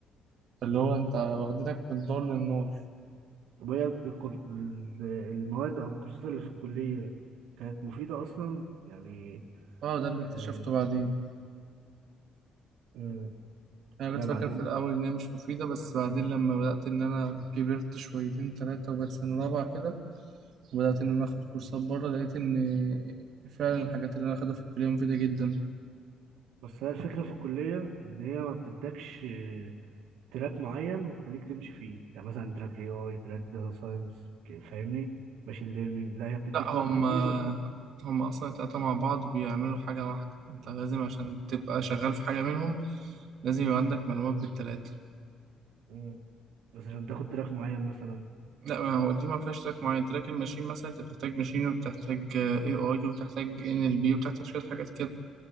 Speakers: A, on the right; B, on the right.
A: اللي هو أنت واخدينك من الدار للنار
B: طب وهي الكر- ال- المواد أو الكورسات اللي في الكلية كانت مفيدة أصلا يعني
A: اه ده اللي اكتشفته
B: آه.
A: بعدين
B: آه.
A: أنا
B: لا
A: كنت فاكر
B: بعدين
A: في الأول إن هي مش مفيدة بس بعدين لما بدأت إن أنا كبرت شويتين تلاتة وبقت سنة رابعة كده وبدأت إن أنا آخد كورسات بره لقيت إن فعلا الحاجات اللي أنا آخدها في الكلية مفيدة جدا
B: بس هي الفكرة في الكلية إن هي ما بتدكش تراك معين وتخليك تمشي فيه يعني مثلا تراك اي اي تراك داتا ساينس فاهمني ماشين ليرنينج لا هي بتديك
A: لا هم
B: مواد كتير وانت
A: هم اصلا التلاتة مع بعض بيعملوا حاجة واحدة انت لازم عشان تبقى شغال في حاجة منهم لازم يبقى عندك معلومات بالتلاتة
B: مم. بس عشان تاخد تراك معين مثلا
A: لا ما هو دي ما فيهاش تراك معين تراك الماشين مثلا انت بتحتاج ماشين وبتحتاج اي اي وبتحتاج ان ال بي وبتحتاج شوية حاجات كده